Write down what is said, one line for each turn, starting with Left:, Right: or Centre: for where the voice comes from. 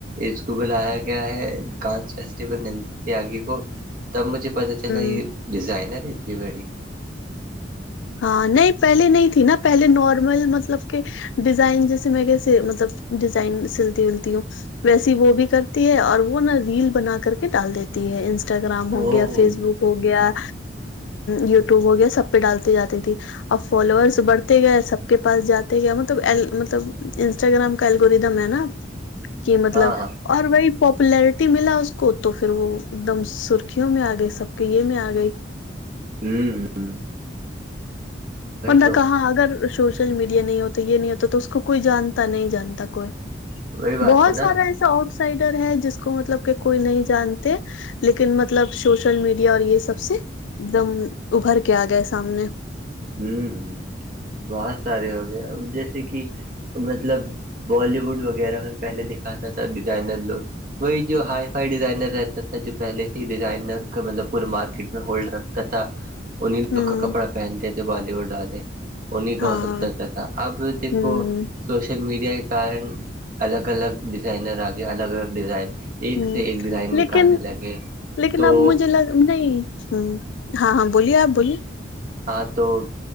Right: اس کو بلایا گیا ہے کانس فیسٹیول نینسی تیاگی کو تب مجھے پتا چلا
Left: ہوں
Right: یہ ڈیزائنر ہے اتی بڑی
Left: ہاں نہیں پہلے نہیں تھی نا پہلے نارمل مطلب کہ ڈیزائن جیسے میں کیسے مطلب ڈیزائن سلتی ولتی ہوں ویسی وہ بھی کرتی ہے اور وہ نا ریل بنا کر کے ڈال دی تی ہے انسٹاگرام ہو
Right: او
Left: گیا فیس بک ہو گیا یوٹیوب ہو گیا سب پہ ڈال جاتی تھی اب فالوورس بڑھتے گئے سب کے پاس جاتے گئے مطلب مطلب انسٹا گرام کا ایلگورتم ہے نہ کی مطلب
Right: ہاں ہاں
Left: اور وہی پاپولیرٹی ملا اس کو تو پھر وہ ایک دم سرخیوں میں آ گئی سب کے یہ میں آ گئی
Right: ہوں ہمم
Left: ورنہ
Right: تو
Left: کہاں اگر سوشل میڈیا نہیں ہوتا یہ نہیں ہوتا تو اس کو کوئی جانتا نہیں جانتا کوئی
Right: وہی بات
Left: بہت
Right: ہے نا
Left: سارا ایسا آؤٹ سائڈر ہے جس کو مطلب کہ کوئی نہیں جانتے لیکن مطلب سوشل میڈیا اور یہ سب سے ایک دم ابھر کے آ گئے سامنے
Right: ہوں ہوں بہت سارے ہو گیا جیسے کہ مطلب بالی ووڈ وغیرہ میں پہلے دکھاتا تھا ڈیزائنر لوگ وہی جو ہائی فائی ڈیزائنر رہتا تھا جو پہلے سے ہی ڈیزائنر کا مطلب پورے مارکیٹ میں ہولڈ رکھ تتا انیں لوگ
Left: ہوں
Right: کا کپڑا پہنتے تھے بالی ووڈ والے انیں کا
Left: ہاں
Right: وہ سب چلتا تھا اب دیکھو
Left: ہوں
Right: سوشل میڈیا کے کارن الگ الگ ڈیزائنر آگیا الگ الگ ڈیزائن ایک
Left: ہوں
Right: سے ایک ڈیزائن نکالنے
Left: لیکن
Right: لگے
Left: لیکن
Right: تو
Left: اب مجھے لگ نہیں ہاں ہاں بولیے آپ بولیے
Right: ہاں تو